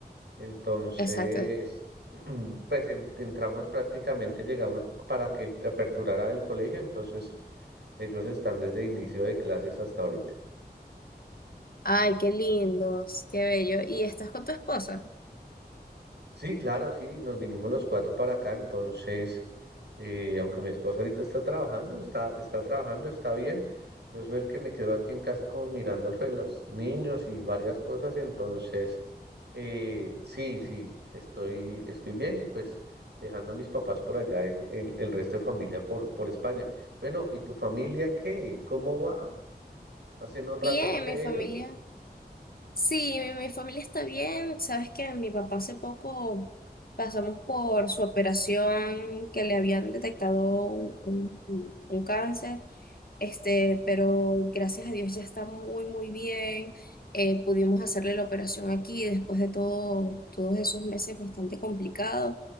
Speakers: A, on the right; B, on the left.
A: Entonces,
B: Exacto.
A: <clears throat> pues en- entramos prácticamente, llegamos para que aperturara el colegio, entonces ellos están desde inicio de clases hasta ahorita.
B: Ay, qué lindos, qué bello. ¿Y estás con tu esposa?
A: Sí, claro, sí, nos vinimos los cuatro para acá, entonces, eh, aunque mi esposa ahorita está trabajando, está, está trabajando, está bien, yo soy el que me quedo aquí en casa como mirando <laughs> lo de los niños y varias cosas, entonces, eh, sí, sí, estoy, estoy bien y pues dejando a mis papás por allá en, en el resto de familia por, por España. Bueno, ¿y tu familia qué? ¿Cómo va? Hace no, un rato
B: Bien,
A: no sé
B: mi familia.
A: ellos.
B: Sí, mi, mi familia está bien. Sabes que mi papá hace poco pasamos por su operación que le habían detectado un un- un cáncer. Este, pero gracias a Dios ya está muy, muy bien. Eh, pudimos hacerle la operación aquí después de todo, todos esos meses bastante complicados,